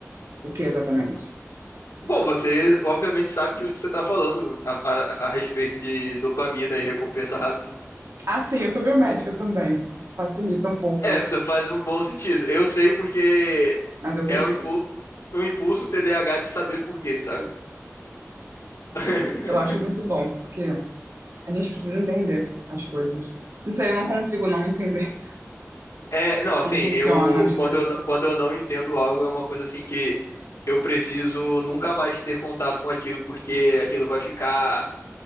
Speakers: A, on the right; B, on the left.
A: O que exatamente?
B: Bom, você obviamente sabe que o que você está falando a, a- a respeito de dopamina e recompensa rápida.
A: Ah, sim, eu sou biomédica também. Isso facilita um pouco,
B: É, você faz um bom sentido. Eu sei porque
A: mas eu
B: é
A: pesquiso.
B: um impulso, um impulso TDAH de saber por quê, sabe? <laughs>
A: Eu acho muito bom, porque a gente precisa entender as coisas. Não sei, eu não consigo não entender
B: É,
A: <laughs>
B: não, assim,
A: como funcionam
B: eu
A: as
B: quando
A: coisas.
B: eu, não- quando eu não entendo algo é uma coisa assim que eu preciso nunca mais ter contato com aquilo porque aquilo vai ficar,